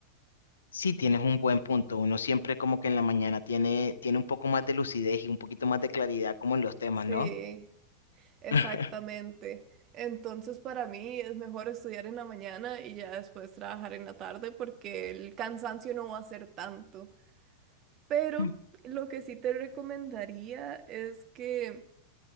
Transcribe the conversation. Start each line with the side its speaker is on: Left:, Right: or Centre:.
Left: Sí, tienes un buen punto. Uno siempre como que en la mañana tiene, tiene un poco más de lucidez y un poquito más de claridad como en los temas,
Right: Sí,
Left: ¿no?
Right: exactamente.
Left: <laughs>
Right: Entonces para mí es mejor estudiar en la mañana y ya después trabajar en la tarde porque el cansancio no va a ser tanto. Pero
Left: Mm.
Right: lo que sí te recomendaría es que